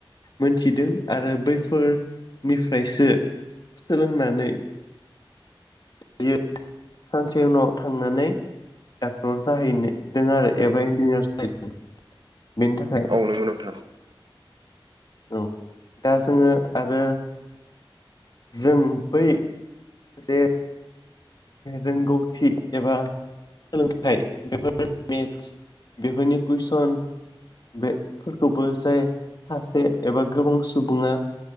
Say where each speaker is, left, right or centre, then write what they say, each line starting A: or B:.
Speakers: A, on the left (about 50°); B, on the right (about 55°).
A: मोनथिदों आरो बैफोरनिफ्रायसो सोलोंनानै बियो सानसे उनाव थांनानै डक्टर जाहैनो दों आरो एबा इन्जिनियार जाहैदों बेनि था
B: औ नोंगौ नोंथां
A: औ दा जोङो आरो जों बै जे रोंगौथि एबा सोलोंथाइ बेफोर माने <unintelligible> बेफोरनि कुइसन बेफोरखौबो जाय सासे एबा गोबां सुबुङा